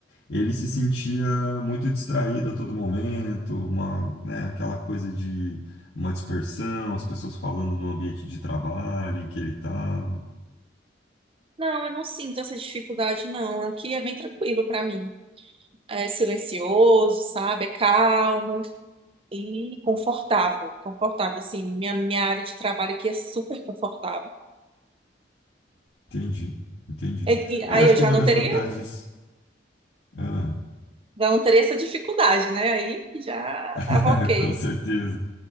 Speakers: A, on the left (about 65°); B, on the right (about 30°).
A: ele se sentia muito distraído a todo momento, uma, né, aquela coisa de uma dispersão, as pessoas falando do ambiente de trabalho em que ele estava.
B: Não, eu não sinto essa dificuldade, não. Aqui é bem tranquilo para mim. é silencioso, sabe? É calmo e confortável, confortável, assim, minha, minha área de trabalho aqui é super confortável.
A: Entendi, entendi.
B: E, e
A: Eu
B: aí
A: acho
B: eu
A: que
B: já
A: uma
B: não
A: das
B: teria,
A: vantagens. Ah,
B: já não teria essa dificuldade, né? Aí já
A: <laughs>
B: tava ok.
A: com certeza,